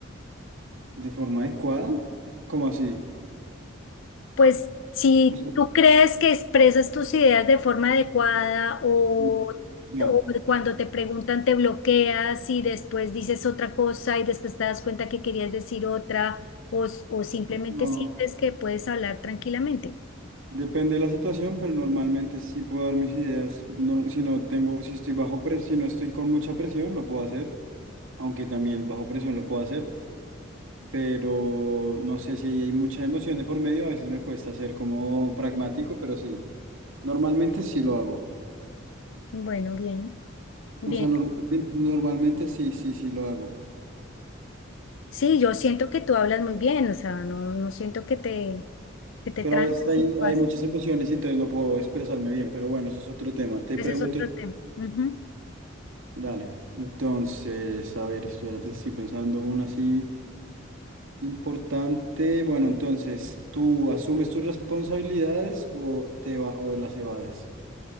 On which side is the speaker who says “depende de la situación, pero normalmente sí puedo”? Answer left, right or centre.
Right